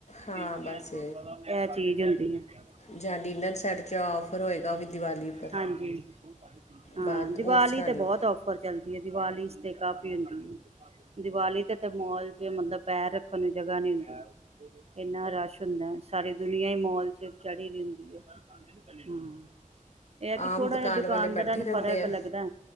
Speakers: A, on the left; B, on the right.
A: ਹਾਂ
B: ਇਹ
A: ਬਸ
B: ਚੀਜ਼ ਹੁੰਦੀ ਆ
A: ਜਾਂ ਡਿਨਰ ਸੈੱਟ 'ਚ ਫ਼ਰ ਹੋਏਗਾ ਵੀ ਦਿਵਾਲੀ ਉੱਪਰ
B: ਹਾਂਜੀ ਹਾਂ
A: ਬਾਅਦ
B: ਦੀਵਾਲੀ
A: ਉਸ ਤਰ੍ਹਾਂ
B: ਤੇ
A: ਨਹੀਂ
B: ਬਹੁਤ ਔਫਰ ਚੱਲਦੀ ਹੈ ਦੀਵਾਲੀ ਇਸ ਤੇ ਕਾਫ਼ੀ ਹੁੰਦੀ ਦੀਵਾਲੀ ਤੇ ਮੋਲ ਚ ਮਤਲਬ ਪੈਰ ਰੱਖਣ ਨੂੰ ਜਗ੍ਹਾ ਨੀ ਹੁੰਦਾ ਇੰਨਾ ਰਸ਼ ਹੁੰਦਾ ਸਾਰੀ ਦੁਨੀਆਂ ਹੀ ਮੋਲ ' ਚੜ੍ਹੀ ਦੀ ਹੁੰਦੀ ਹੈ ਹਮ ਇਹ ਹੈ ਕਿ
A: ਆਮ
B: ਥੋੜਾ
A: ਦੁਕਾਨ
B: ਜਹਾ ਦੁਕਾਨਦਾਰਾਂ
A: ਵਾਲੇ ਬੈਠੇ
B: ਨੂੰ
A: ਰਹਿੰਦੇ
B: ਫ਼ਰਕ
A: ਆ
B: ਲੱਗਦਾ